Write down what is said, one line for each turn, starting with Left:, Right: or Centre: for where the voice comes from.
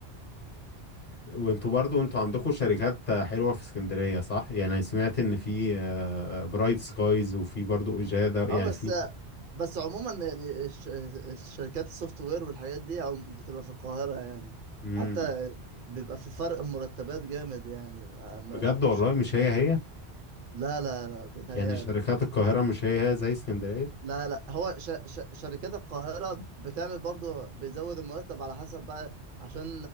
Left: وانتوا برضو انتوا عندكم شركات حلوة في اسكندرية صح؟ يعني سمعت ان في آه، برايت سكايز وفي برضو اجادة يعني
Right: اه بس
Left: في
Right: بس عموما يعني الش- الشركات السوفت وير والحاجات دي عم- بتبقى في القاهرة يعني
Left: امم
Right: وحتى بيبقى في فرق مرتبات جامد يعني عن
Left: بجد والله
Right: الشركة
Left: مش هي هي
Right: لا لا لا بيتهيألك
Left: يعني شركات القاهرة مش هي هي زي اسكندرية
Right: لا لا هو ش... ش... شركات القاهرة بتعمل برضو بيزود المرتب على حسب بقى عشان